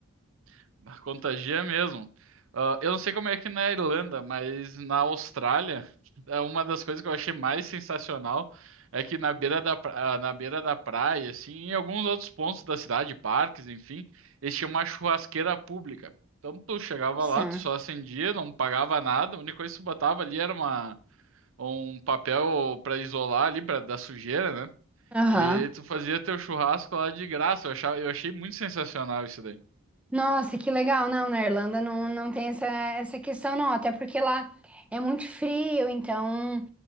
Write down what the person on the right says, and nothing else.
<laughs> Bah, Contagia mesmo. Ah, eu não sei como é que na Irlanda, mas na Austrália, é uma das coisas que eu achei mais sensacional é que na beira da, pra- ah, na beira da praia, assim, em alguns outros pontos da cidade, parques, enfim, eles tinham uma churrasqueira pública. Então tu chegava
lá, tu só acendia, não pagava nada, a única coisa que tu botava ali era uma, um papel para isolar ali pra, da sujeira, né?
E tu fazia teu churrasco lá de graça. Eu achava, eu achei muito sensacional isso daí.